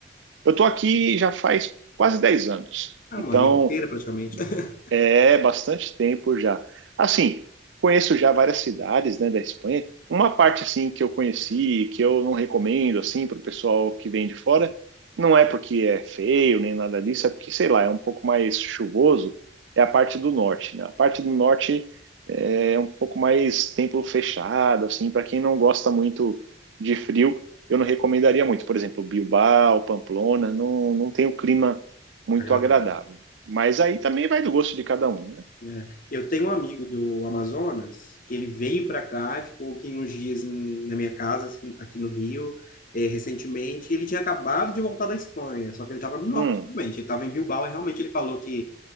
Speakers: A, on the right; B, on the left.
A: Eu estou aqui já faz quase 10 anos.
B: Ah,
A: Então,
B: uma vida inteira praticamente. <laughs>
A: É, bastante tempo já. Assim, conheço já várias cidades, né, da Espanha. Uma parte assim que eu conheci, e que eu não recomendo assim para o pessoal que vem de fora, não é porque é feio nem nada disso, é porque sei lá, é um pouco mais chuvoso. É a parte do norte, né? A parte do norte é um pouco mais tempo fechado, assim, para quem não gosta muito de frio, eu não recomendaria muito. Por exemplo, Bilbao, Pamplona, não, não tem um clima muito
B: Agradável.
A: agradável. Mas aí também vai do gosto de cada um, né?
B: né? Eu tenho um amigo do Amazonas que ele veio para cá e ficou aqui uns dias em- na minha casa, assim, aqui no Rio, eh, recentemente. E ele tinha acabado de voltar da Espanha, só que ele estava no norte,
A: Hum,
B: realmente. Ele estava em Bilbao e realmente ele falou que